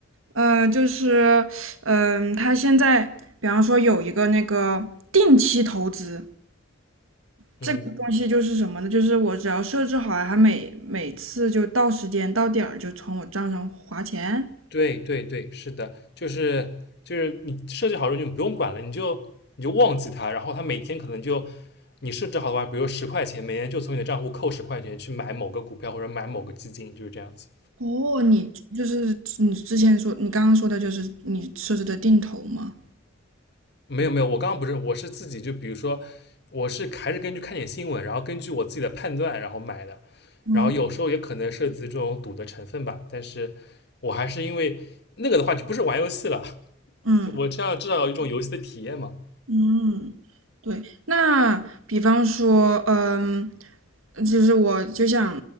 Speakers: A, on the right (about 80°); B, on the left (about 50°).
A: 呃，就是嗯、呃他现在比方说有一个那个定期投资，这个东西就是什么呢？
B: 嗯，
A: 就是我只要设置好了，它每每次就到时间到点儿就从我账上划钱。
B: 对对对，是的，就是就是你设置好之后就不用管了，你就你就忘记它，然后它每天可能就你设置好的话，比如十块钱，每天就从你的账户扣十块钱去买某个股票或者买某个基金，就是这样子。
A: 哦，你就是你之前说你刚刚说的就是你设置的定投吗？
B: 没有没有，我刚刚不是，我是自己就比如说，我是还是根据看点新闻，然后根据我自己的判断然后买的，
A: 哦，
B: 然后有时候也可能涉及这种赌的成分吧，但是我还是因为那个的话就不是玩游戏了，
A: 嗯
B: 就我这样至少有一种游戏的体验嘛。
A: 嗯，对。那比方说，嗯，就是我就想